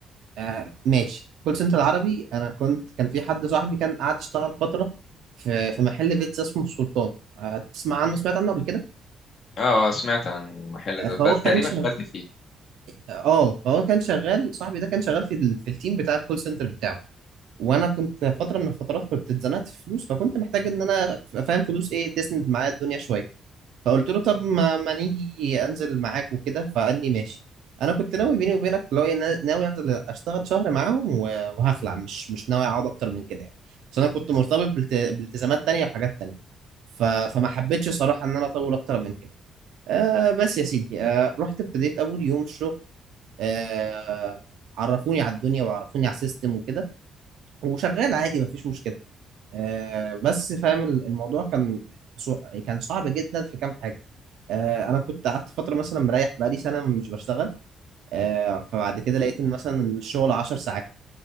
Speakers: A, on the right; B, on the left.
A: آه ماشي كول سنتر عربي انا كنت كان في حد صاحبي كان قاعد يشتغل فتره في في محل بيتزا اسمه السلطان آه تسمع عنه سمعت عنه قبل كده
B: اه سمعت عن المحل
A: آه
B: ده
A: فهو
B: بل
A: كان
B: تقريبا
A: شغال
B: قبلت فيه
A: اه فهو كان شغال صاحبي ده كان شغال في ال... في التيم بتاع الكول سنتر بتاعه وانا كنت فتره من الفترات كنت اتزنقت في فلوس فكنت محتاج ان انا ابقى فاهم فلوس ايه تسند معايا الدنيا شويه فقلت له طب ما, ما نيجي انزل معاك وكده فقال لي ماشي انا كنت ناوي بيني وبينك لو إيه، نا- ناوي انزل اشتغل شهر معاهم و- وهخلع مش مش ناوي اقعد اكتر من كده يعني عشان انا كنت مرتبط بالت- بالتزامات تانية وحاجات تانية ف... فما حبيتش صراحه ان انا اطول اكتر من كده آه بس يا سيدي آه رحت ابتديت اول يوم الشغل آه عرفوني على الدنيا وعرفوني على السيستم وكده وشغال عادي مفيش مشكله آه، بس فاهم ال- الموضوع كان سو- كان صعب جدا في كام حاجه آه، انا كنت قعدت فتره مثلا مريح بقالي سنه مش بشتغل آه، فبعد كده لقيت ان مثلا الشغل 10 ساعات